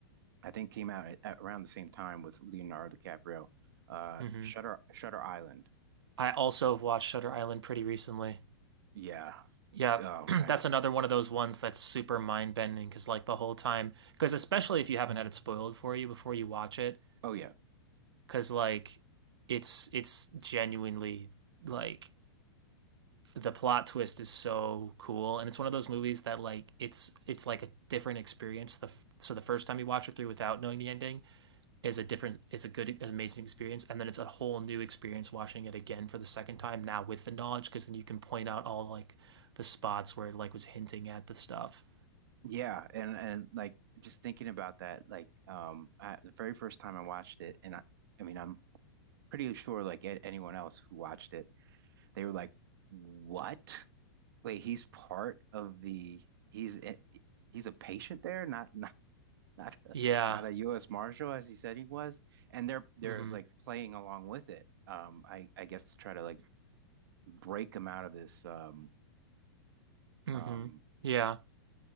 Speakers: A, on the right (about 60°); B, on the right (about 85°).
A: I think came out at, at around the same time with Leonardo DiCaprio. Uh
B: hmm
A: Shutter Shutter Island.
B: I also have watched Shutter Island pretty recently.
A: Yeah.
B: Yeah,
A: Oh
B: <clears throat> that's
A: my.
B: another one of those ones that's super mind-bending because like the whole time, because especially if you haven't had it spoiled for you before you watch it,
A: Oh yeah.
B: because like it's it's genuinely like. the plot twist is so cool and it's one of those movies that like it's it's like a different experience the so the first time you watch it through without knowing the ending is a different is a good an amazing experience and then it's a whole new experience watching it again for the second time now with the knowledge because then you can point out all like the spots where it like was hinting at the stuff
A: Yeah, and and like just thinking about that, like um, I, the very first time I watched it, and I, I mean, I'm pretty sure like a- anyone else who watched it, they were like, "What? Wait, he's part of the he's a- he's a patient there, not <laughs> not not a,
B: yeah
A: not a U.S. Marshal as he said he was," and they're they're
B: mm-hmm
A: like playing along with it. Um, I I guess to try to like break him out of this. Um,
B: mm-hmm
A: um,
B: yeah